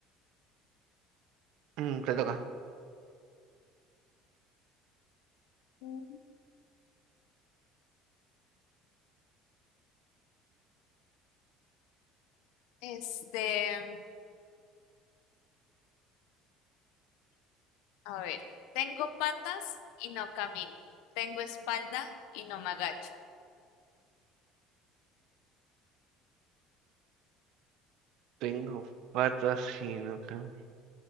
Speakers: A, on the right; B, on the left.
A: Mm, te toca.
B: Mm. Este, a ver, tengo patas y no camino. Tengo espalda y no me agacho.
A: Tengo patas y no camino.